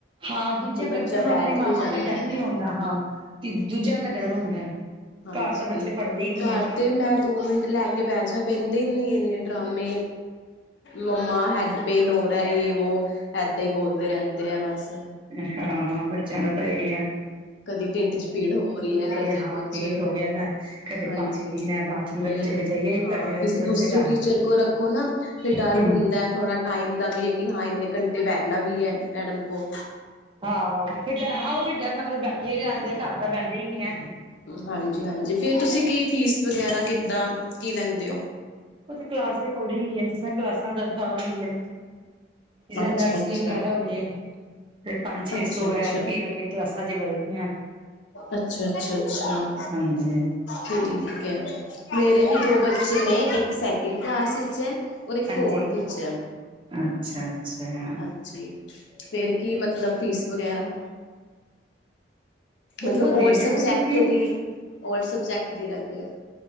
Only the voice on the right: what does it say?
ਹਾਂ ਦੂਜਿਆਂ
ਬੱਚਿਆਂ
ਨੂੰ
ਆਪਣੀ ਮਾਵਾਂ
ਦਾ ਡਰ
ਨੀ ਆਉਂਦਾ ਹਾਂ ਤੇ ਦੂਜਿਆਂ ਦਾ ਡਰ ਹੁੰਦਾ। ਘਰ
ਤਾਂ ਬੱਚੇ ਪੜ੍ਹਦੇ ਹੀ ਨੀ
ਐ।
ਅੱਛਾ ਬੱਚੇਆਂ ਦਾ ਤਾਂ ਏਹੀ ਐ।
ਹਾਂ
ਪੇਟ ਹੋ ਗਿਆ ਦਾ ਕਦੇ
ਪਾਣੀ ਪੀਣਾ ਬਾਥਰੂਮ
ਕਰਨ ਚਲੇ ਜਾਈਏ ਇਹੀ
ਕਰਦੇ ਰਹਿੰਦੇ
ਬੱਚੇ ਘਰ
ਹੂੰ।
ਹਾਂ ਓਥੇ ਬੈ, ਹਾਂ ਓਥੇ ਨਾਲ ਏ ਬੈਠੇ ਈ ਰੈਂਦੇ ਘਰ ਤਾਂ ਬੈਂਦੇ ਈ ਨੀ ਐ।
ਓ ਤਾਂ ਕਲਾਸ ਦੇ ਅਕੋਰਡਿੰਗ ਈ ਏ ਜਿਸ ਤਰਾਂ ਕਲਾਸਾਂ ਦਾ ਅਨੁਸਾਰ ਈ ਏ। ਜਿਸ ਤਰਾਂ
ਨਰਸਰੀ
ਵਗੈਰਾ ਹੋਏ ਤੇ ਪੰਜ-ਛੇ
ਸੌ
ਐ ਫੇਰ ਅੱਗੇ ਕਲਾਸਾਂ <unintelligible> ਵਧਦੀਆਂ।
ਹਾਂਜੀ
ਹਾਂਜੀ।
ਅੱਛਾ-ਅੱਛਾ
ਚਲੋ ਦੇ
ਦੇਣਾ ਤੁਸੀਂ